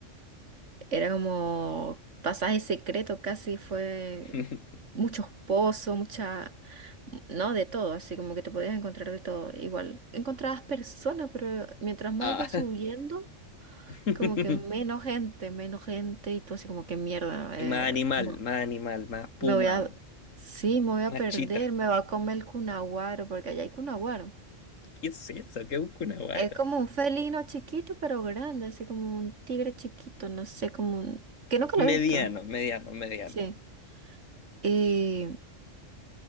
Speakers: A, on the right; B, on the left.
A: Era como pasaje secreto, casi fue
B: <laughs>
A: muchos pozos, mucha, no, de todo, así como que te podías encontrar de todo. Igual encontrabas personas, pero mientras más
B: Ah.
A: ibas subiendo,
B: <laughs>
A: como que menos gente, menos gente, y tú así como que mierda, eh,
B: Y más animal,
A: no,
B: más animal, más puma,
A: me voy a, sí, me voy
B: más
A: a perder,
B: chita.
A: me va a comer el cunaguaro, porque allá hay cunaguaro.
B: ¿Qué es eso? ¿Qué busca una guata?
A: Es como un felino chiquito, pero grande, así como un tigre chiquito, no sé, como un... que nunca lo he
B: Mediano,
A: visto.
B: mediano, mediano.
A: Sí. Y,